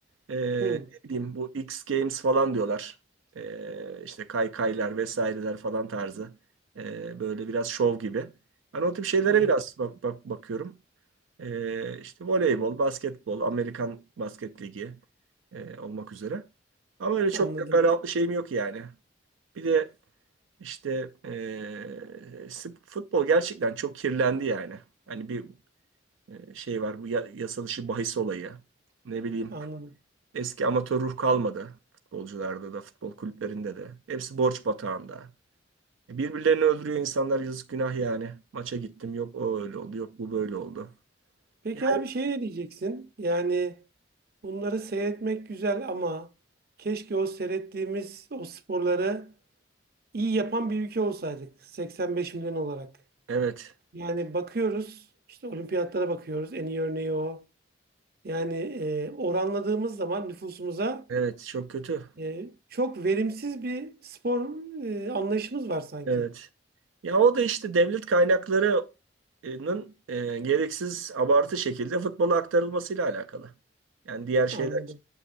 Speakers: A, on the right; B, on the right.
A: Eee,
B: Hı,
A: ne bileyim bu X Games falan diyorlar. Eee işte kaykaylar vesaireler falan tarzı. Eee, böyle biraz şov gibi. Hani o tip şeylere
B: evet.
A: biraz bak, bak- bakıyorum. Ee, işte voleybol, basketbol, Amerikan Basket Ligi e, olmak üzere. Ama öyle çok
B: Anladım.
A: teferruatlı şeyim yok yani. Bir de işte e, sp- futbol gerçekten çok kirlendi yani. Hani bir e, şey var bu ya- yasa dışı bahis olayı. Ne bileyim
B: Anladım.
A: eski amatör ruh kalmadı. Futbolcularda da, futbol kulüplerinde de. Hepsi borç batağında. E, Birbirlerini öldürüyor insanlar yazık günah yani. Maça gittim yok o öyle oldu yok bu böyle oldu.
B: Peki
A: Yani
B: abi şey ne diyeceksin? Yani bunları seyretmek güzel ama keşke o seyrettiğimiz o sporları iyi yapan bir ülke olsaydık 85 milyon olarak.
A: evet.
B: Yani bakıyoruz işte olimpiyatlara bakıyoruz en iyi örneği o. Yani e, oranladığımız zaman nüfusumuza
A: Evet, çok kötü.
B: e, çok verimsiz bir spor e, anlayışımız var sanki.
A: Evet. Ya o da işte devlet kaynaklarının e, gereksiz abartı şekilde futbola aktarılmasıyla alakalı. Yani diğer şeyler
B: Anladım,